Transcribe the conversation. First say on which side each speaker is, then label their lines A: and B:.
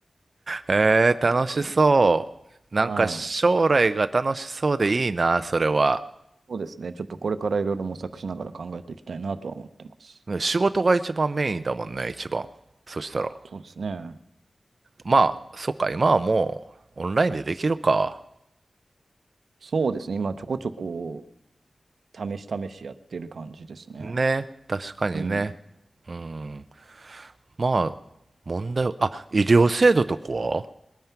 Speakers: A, on the right; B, on the right.
A: えー、楽しそう。
B: それぐらい。
A: なんか、
B: はい。
A: 将来が楽しそうでいいな、それは。
B: そうですね。ちょっとこれからいろいろ模索しながら考えていきたいなとは思ってます。
A: ね仕事が一番メインだもんね、一番。そしたら。
B: そうですね。
A: まあ、そっか、今はもう、オンラインでできるか。
B: そうですね。今、ちょこちょこ、試し試しやってる感じですね。
A: ね、確かにね。
B: うん。
A: うん。まあ、問題は、あ、医療制度とかは